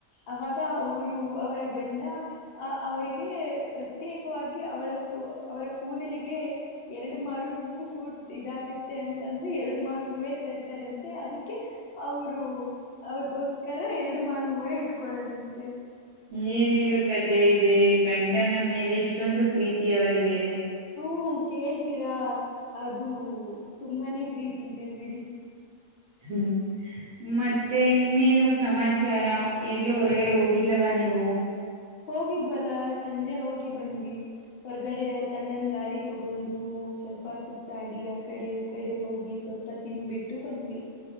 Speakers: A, on the left; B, on the right.
A: ಅವಾಗ ರು ಅವರ ಗಂಡ ಅ ಅವ್ರಿಗೆ ಪ್ರೇತ್ಯೆಕವಾಗಿ ಅವಳ ಕು ಅವರ ಕೂದಲಿಗೆ ಎರಡು ಮಾರು ಹೂವು ಸೂಟ್ ಇದಾಗುತ್ತೆ ಅಂತಂದ ಎರಡ ಮಾರ ಹೂವೇ ತರ್ತ ರಂತೆ ಅದೀ ಕೆ ಅವ್ರು ಅವ್ರಗೋಸ್ಕರ ಎರಡ ಮಾರ್ ಹೂವೇ ಇಟ್ಕೊಳ್ಳದಂತೆ.
B: ಏನೇನು ಕತೆ ಇದೆ ಗಂಡನ ಮೇಲೆ ಇಷ್ಟೊಂದು ಪ್ರೀತಿ ಅವರಿಗೆ.
A: ಹು ಕೇಳ್ತೀರಾ ಅದು ತುಂಬಾನೇ ಪ್ರೀತಿ ಇದೆ ಬಿಡಿ.
B: ಹ್ಮ ಮತ್ತೆ ಇನ್ನೇನು ಸಮಾಚಾರ ಎಲ್ಲೂ ಹೊರಗಡೆ ಹೋಗಿಲ್ಲವ ನೀವು
A: ಹೋಗಿದ್ವಲ್ಲ ಸಂಜೆ ಹೋಗಿ ಬಂದ್ವಿ ಹೊರ್ಗಡೆ ತಣ್ಣನ್ ಗಾಳಿ ತೋಗೊಂಡ ಊ ಸ್ವಲ್ಪ ಸುತ್ತಾಡಿ ಆ ಕಡೆ ಈ ಕಡೆ ಹೋಗಿ ಸ್ವಲ್ಪ ತಿನ್ಬಿಟ್ಟು ಬಂದ್ವಿ.